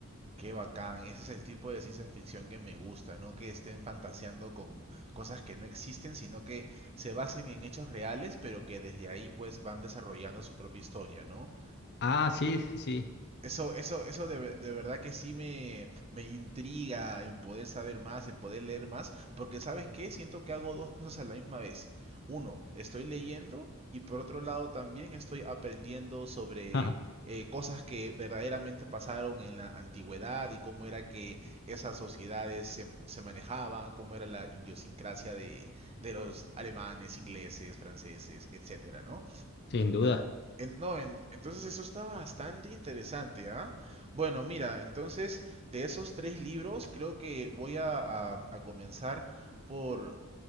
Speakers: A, on the right; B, on the left.
A: Qué bacán, ese es el tipo de ciencia ficción que me gusta, no que estén fantaseando con cosas que no existen, sino que se basen en hechos reales, pero que desde ahí pues van desarrollando su propia historia, ¿no?
B: Ah, sí, sí, sí,
A: Eso, eso, eso de, ve- de verdad que sí me, me intriga en poder saber más, en poder leer más, porque ¿sabes qué? Siento que hago dos cosas a la misma vez. Uno, estoy leyendo y por otro lado también estoy aprendiendo sobre
B: ajá,
A: eh, cosas que verdaderamente pasaron en la antigüedad y cómo era que esas sociedades se, se manejaban, cómo era la idiosincrasia de, de los alemanes, ingleses, franceses, etcétera, ¿no?
B: sin duda.
A: En- no, en- entonces eso está bastante interesante, ¿ah? Bueno, mira, entonces de esos tres libros creo que voy a, a- a comenzar por,